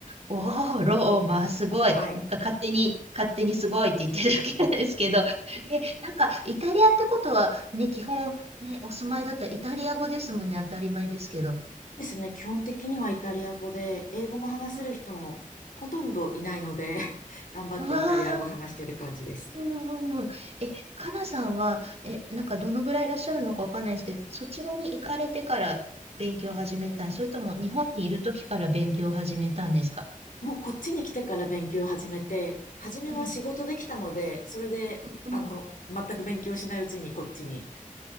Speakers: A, on the right; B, on the left.
A: おー、ローマ、すごい。
B: はい。
A: なんか勝手に、勝手にすごいって言ってるだけなんですけど。<laughs> え、なんか、イタリアってことは、ね、基本、ね、お住まいだったらイタリア語ですもんね、当たり前ですけど。
B: そうですね。基本的にはイタリア語で、英語も話せる人もほとんどいないので
A: うん、
B: <laughs> 頑張ってイタリア語話してる感じです。
A: うわー。うんうんうん、え、かなさんは、え、なんかどのぐらいいらっしゃるのかわかんないですけど、そちらに行かれてから勉強を始めたんそれとも日本にいる時から勉強を始めたんですか
B: もうこっちに来てから勉強を始めて、初めは仕事できたので、
A: うん
B: それで、
A: うん
B: あの、全く勉強しないうちにこっちに